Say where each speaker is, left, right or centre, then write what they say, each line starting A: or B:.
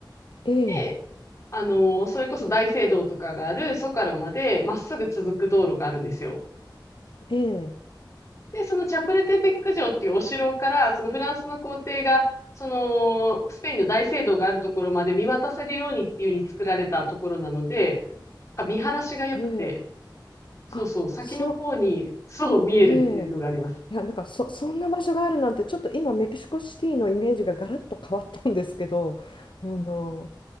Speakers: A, on the left; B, on the left.
A: ええ、
B: で、あの、それこそ大聖堂とかがあるソカロまでまっすぐ続く道路があるんですよ。
A: ええ、
B: で、そのチャプルテペック城っていうお城から、そのフランスの皇帝が、その、スペインの大聖堂があるところまで見渡せるようにっていう風に作られたところなので、なんか見晴らしが良くて、
A: ええ、
B: そうそう、
A: あ、
B: 先の方に、
A: そ、
B: そう見えるっていうのがあります。
A: ええ。いや、なんかそ、そんな場所があるなんて、ちょっと今、メキシコシティのイメージがガラッと変わったんですけど、あの、